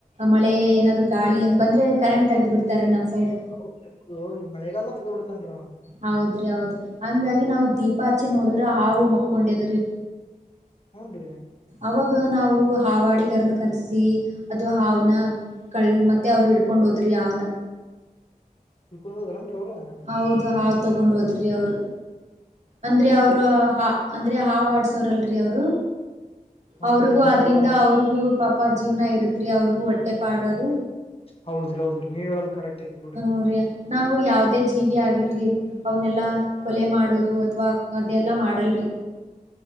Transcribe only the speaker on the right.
ಮಳೆ ಏನಾದ್ರು ಗಾಳಿ ಹೆಂಗ ಬಂದ್ರೆ ಕರೆಂಟ್ ತಗ್ದ್ ಬಿಡ್ತಾರೀ ನಮ್ ಸೈಡ್.
ಹೌದ್ರಿ ಹೌದಿ ಹಂಗಾಗಿ ನಾವು ದೀಪ ಹಚ್ಚಿ ನೋಡಿದ್ರ ಹಾೂ ಮಕ್ಕೊಂಡಿದ್ರೀ.
ಅವಾಗ ನಾವು ಹಾಾವಡಿಗರನ್ನ ಕರೆಸಿ ಅದು ಹಾವನ್ನ ಕಳ್ಳ ಮತ್ತೆ ಅವ್ರರು ಇಡ್ಕೊಂಡ್ ಹೋದ್ರಿ ಯಾವ್ನ
ಹೌದು ಹಾಾವ ತಗೊಂಡ್ ಹೋದ್ರಿ ಅವ್ರು ಅಂದ್ರ
ಅವ್ರು ಅಂದ್ರೆ ಹಾವಡ್ಸೋರಲ್ರರಿ ಅವ್ರು
ಅವ್ರಿಗೂ
ಆದದ್ರಿಂದ
ಅವ್ರಿಗೂ ಪಾಪ ಅಪ್ಪ ಜೀವನ ಇರುತ್ೀ ಅವ್ರಿಗೂ ಹೊಟ್ಟೆ ಪಾಡೋದು
ಮೂ ನಾವು ಯಾವುದೇ ಜೀವಿ ಆಗಲ್ರಿ ಅವನೆಲ್ಲಾ ಕೊಲೆ ಮಾಡೋದು ಅಥ್ವಾ ಅದೆಲ್ಲಾ ಮಾಡಲ್ರಿ